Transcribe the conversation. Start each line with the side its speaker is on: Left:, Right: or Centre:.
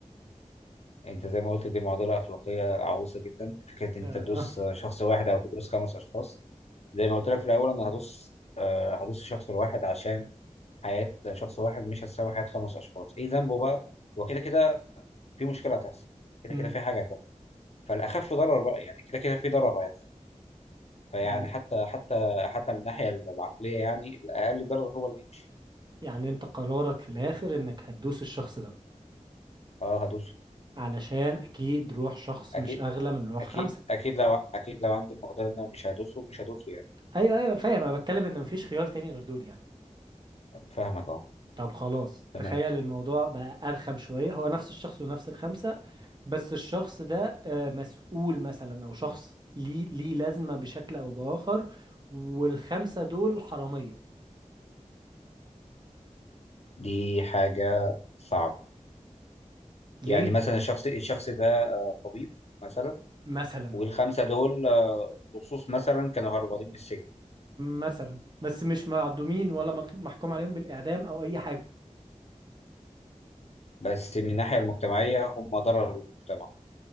Left: انت زي ما قلت دي معضله اخلاقيه عويصه جدا فكره ان
Right: آه.
Left: انت تدوس شخص واحد او تدوس خمس اشخاص زي ما قلت لك في الاول انا هدوس آه، هدوس الشخص الواحد عشان حياه شخص واحد مش هتساوي حياه خمس اشخاص ايه ذنبه بقى وكده كده في مشكله هتحصل
Right: <laughs>
Left: كده
Right: مم.
Left: كده في حاجه هتحصل فالاخف ضرر بقى يعني كده كده في ضرر هيحصل فيعني
Right: يعني
Left: حتى حتى حتى من الناحيه العقليه يعني الاقل ضرر هو اللي يمشي
Right: يعني انت قرارك في الاخر انك هتدوس الشخص ده
Left: اه هدوسه
Right: علشان اكيد روح شخص
Left: اكيد
Right: مش اغلى من روح
Left: اكيد
Right: خمسه
Left: اكيد لو اكيد لو عندي المقدره ان انا مش هدوسه مش هدوسه يعني
Right: ايوه ايوه فاهم انا بتكلم ان مفيش خيار تاني غير دول يعني
Left: فاهمك اهو
Right: طب خلاص
Left: تمام
Right: تخيل الموضوع بقى أرخم شوية هو نفس الشخص ونفس الخمسة بس الشخص ده آه، مسؤول مثلا أو شخص ليه ليه لازمة بشكل أو بآخر والخمسة دول حرامية
Left: دي حاجة صعبة
Right: ليه؟
Left: يعني مثلا الشخص الشخص ده طبيب مثلا
Right: مثلا
Left: والخمسة دول آه، لصوص مثلا كانوا هربانين من السجن
Right: مثلا بس مش معدومين ولا مطلوب محكوم عليهم بالإعدام أو أي حاجة
Left: بس من الناحية المجتمعية هم ضرر للمجتمع